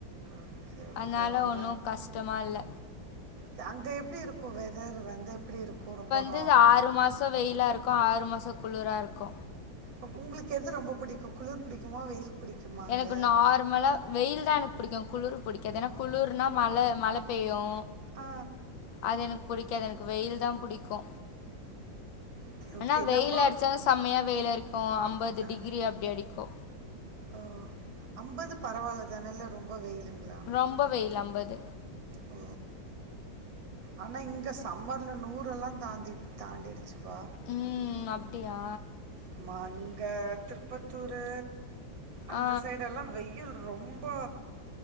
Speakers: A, on the right; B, on the left.
A: ஓகே ஓகே
B: அதனால
A: ரொம்ப
B: ஒன்றும் கஷ்டமா இல்ல
A: க அங்க எப்டி இருக்கு வெதர் வந்து எப்பிடி இருக்கு ரொம்ப ஹா
B: ந்து இது ஆறு மாசோ வெயிலா இருக்கு ஆறு மாசோ குளுரா இருக்கு
A: அ உங்களுக்கு எது ரொம்ப புடிக்கு குளுர் புடிக்குமா வெயில் பிடிக்குமாங்க
B: எனக்கு நார்மலா வெயில்தா எனக்கு புடிக்கு குளுரு புடிக்காது ஏன்னா குளுர்னா மழ மழ பெய்யு
A: ஆ
B: அது எனக்கு புடிக்காது எனக்கு வெயில்தா புடிக்கு
A: ஓகே
B: ஆனா
A: ஓகே
B: வெயில்
A: நம்ம
B: அடிச்சாலு செம்மையா வெயிலா இருக்கு அம்பது
A: ஆ
B: டிகிரி அப்டி அடிக்கு
A: ஓ அம்பது பரவால்லதான இல்ல் ரொம்ப வெயிலுங்களா
B: ரொம்ப வெயிலு அம்பது
A: ஓ ஆனா இங்க சம்மர்ல நூரெல்லா தாண்டி தாண்டிடுச்சுப்பா
B: ம் அப்டியா
A: ஆமா இங்க திருப்பத்தூரு அந்த
B: ஆ
A: சைடு எல்லா வெ யில் ரொம்போ